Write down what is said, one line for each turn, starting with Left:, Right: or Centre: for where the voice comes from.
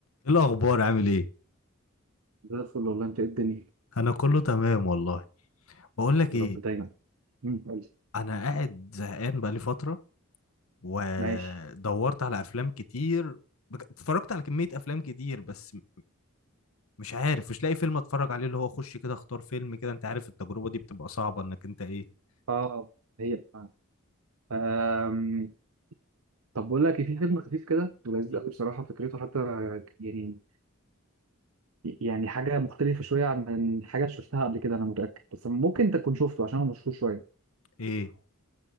Left: ايه الاخبار عامل ايه
Right: زي الفل والله انت ايه الدنيا
Left: انا كله تمام والله بقول لك
Right: يا
Left: ايه
Right: رب دايما مم. قولي.
Left: انا قاعد زهقان بقالي فتره ودورت
Right: ماشي
Left: على افلام كتير بج- اتفرجت على كميه افلام كتير بس م- مش عارف مش لاقي فيلم اتفرج عليه اللي هو اخش كده اختار فيلم كده انت عارف التجربه دي بتبقى صعبه انك انت ايه
Right: اه هي آه. آم، طب بقول لك إيه، في فيلم خفيف كده ولذيذ
Left: مم.
Right: قوي بصراحه فكرته حتى يعني يعني حاجه مختلفه شويه عن حاجه شفتها قبل كده انا متاكد بس ممكن انت تكون شفته عشان هو مشهور شويه
Left: ايه